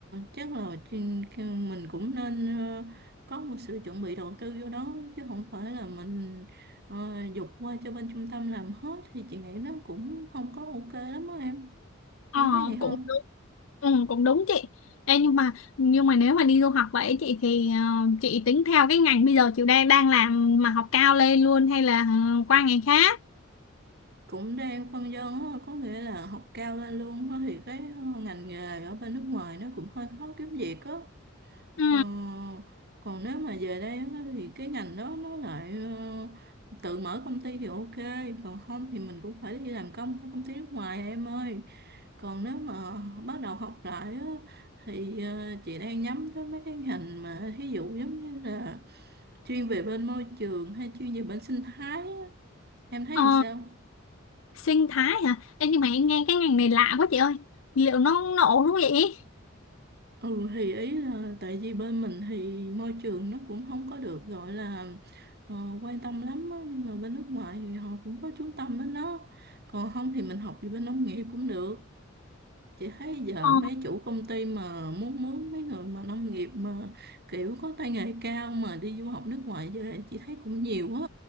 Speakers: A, on the right; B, on the left.
A: chắc là trên- mình cũng nên ờ, có một sự chuẩn bị đầu tư vô đó chứ không phải là mình ờ, dục qua cho bên trung tâm làm hết thì chị nghĩ nó cũng không có ok lắm á em
B: Ờ
A: em thấy vậy không?
B: cũng đúng Ừ cũng đúng chị Ê nhưng mà Nhưng mà nếu mà đi du học vậy chị Thì ờ, chị tính theo cái ngành bây giờ chị đang đang làm Mà học cao lên luôn hay là ờ, qua ngành khác
A: cũng đang phân vân á, có nghĩa là học cao lên luôn á, thì cái ờ, ngành nghề ở bên nước ngoài nó cũng hơi khó kiếm việc á
B: Ừ
A: ờ, còn nếu mà về đây á, thì cái ngành đó nó lại ờ, tự mở công ty thì ok còn không thì mình cũng phải đi làm công cho công ty nước ngoài em ơi còn nếu mà bắt đầu học lại á, thì ờ, chị đang nhắm tới mấy cái ngành mà thí dụ giống như là chuyên về bên môi trường hay chuyên về bên sinh thái á. em thấy
B: Ờ
A: làm sao
B: sinh thái hả Ê nhưng mà em nghe cái ngành này lạ quá chị ơi Liệu nó nổ không vậy
A: Ừ thì ý là tại vì bên mình thì môi trường nó cũng không có được gọi là ờ, quan tâm lắm á, nhưng mà bên nước ngoài thì họ cũng có chú tâm đến nó. Còn không thì mình học về bên nông nghiệp cũng được. Chị thấy giờ
B: Ờ
A: mấy chủ công ty mà muốn mướn mấy người mà nông nghiệp mà kiểu có tay nghề cao mà đi du học nước ngoài về chị thấy cũng nhiều á.